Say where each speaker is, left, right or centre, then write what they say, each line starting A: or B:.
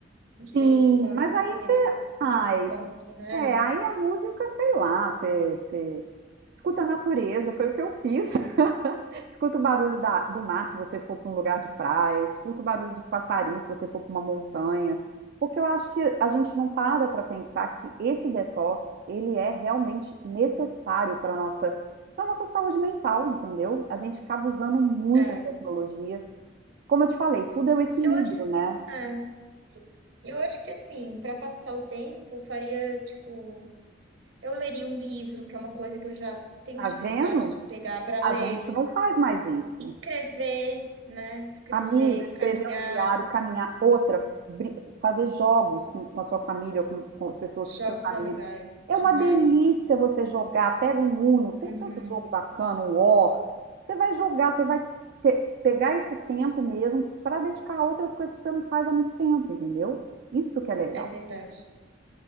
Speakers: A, on the right (about 55°); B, on the right (about 80°).
A: Sim,
B: Não sei como
A: mas
B: é pra você,
A: aí você.
B: mas tem
A: Ai,
B: esse ponto, né?
A: é, aí a música, sei lá, você, você escuta a natureza, foi o que eu fiz. <laughs> Escuta o barulho da- do mar se você for para um lugar de praia, escuta o barulho dos passarinhos se você for para uma montanha, porque eu acho que a gente não para para pensar que esse detox, ele é realmente necessário para nossa para nossa saúde mental, entendeu? A gente acaba usando muito
B: É,
A: a tecnologia. Como eu te falei, tudo é o equilíbrio,
B: eu acho,
A: né?
B: é, eu acho que assim, para passar o tempo, faria tipo, eu leria um livro, que é uma coisa que eu já tenho
A: Tá
B: dificuldade
A: vendo?
B: de pegar para ler,
A: A gente não faz mais isso.
B: escrever, né? Escrever,
A: Amiga, escrever
B: caminhar,
A: um diário, caminhar, outra, brin- fazer jogos com, com a sua família, ou com, com as pessoas,
B: jogos
A: com seus amigos.
B: são legais
A: É uma
B: demais.
A: delícia você jogar. Pega um Uno, tem
B: Uhum,
A: tanto jogo bacana, um War. Você vai jogar, você vai te- pegar esse tempo mesmo para dedicar a outras coisas que você não faz há muito tempo, entendeu? Isso que é legal.
B: é verdade.